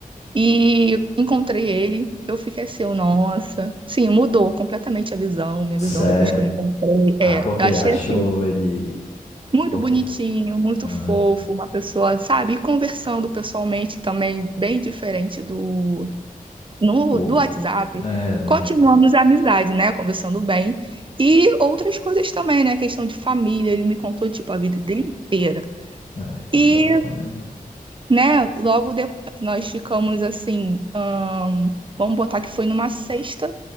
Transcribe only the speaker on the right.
e encontrei ele. Eu fiquei assim, eu, nossa. Sim, mudou completamente a visão, minha
visão depois que eu encontrei.
É,
eu achei
assim,
muito
bonitinho,
muito
fofo, uma pessoa, sabe? E conversando pessoalmente também, bem diferente do no,
do WhatsApp,
continuamos
a amizade, né? Conversando bem. E outras coisas também, né? Questão de família, ele me contou, tipo, a vida dele inteira.
E,
né, logo depois nós ficamos assim, ahn, vamos botar que foi numa sexta,